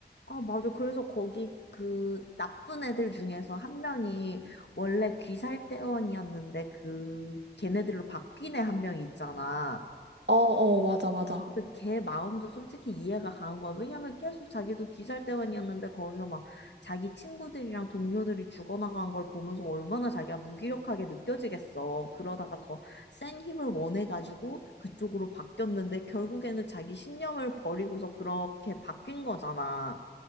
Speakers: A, on the left; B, on the right.
A: 아, 맞아. 그래서 거기 그 나쁜 애들 중에서 한 명이 원래 귀살대원이었는데 그 걔네들로 바뀐 애 한 명이 있잖아.
B: 어, 어, 맞아, 맞아.
A: 그 걔 마음도 솔직히 이해가 가는 거야. 왜냐면 계속 자기도 귀살대원이었는데 거기서 막 자기 친구들이랑 동료들이 죽어나간 걸 보면서 얼마나 자기가 무기력하게 느껴지겠어. 그러다가 더 센 힘을 원해가지고 그쪽으로 바뀌었는데 결국에는 자기 신념을 버리고서 그렇게 바뀐 거잖아.